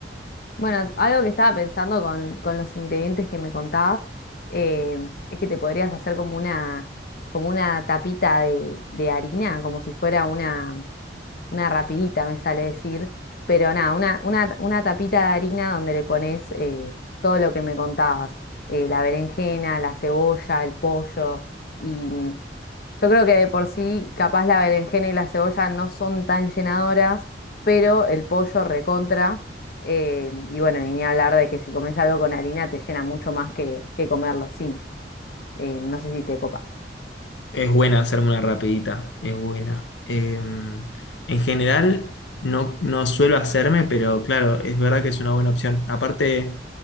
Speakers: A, on the left; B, on the left.
A: Bueno, algo que estaba pensando con, con los ingredientes que me contabas, eh, es que te podrías hacer como una, como una tapita de, de harina, como si fuera una, una rapidita me sale decir, pero nada, una, una, una tapita de harina donde le pones eh, todo lo que me contabas, eh, la berenjena, la cebolla, el pollo, y mm, yo creo que de por sí capaz la berenjena y la cebolla no son tan llenadoras, pero el pollo recontra, eh, y bueno, y ni hablar de que si comes algo con harina te llena mucho más que, que comerlo sin, Eh, no sé si te copa.
B: Es buena hacerme una rapidita, es buena. Em, en general, no, no suelo hacerme, pero claro, es verdad que es una buena opción. Aparte,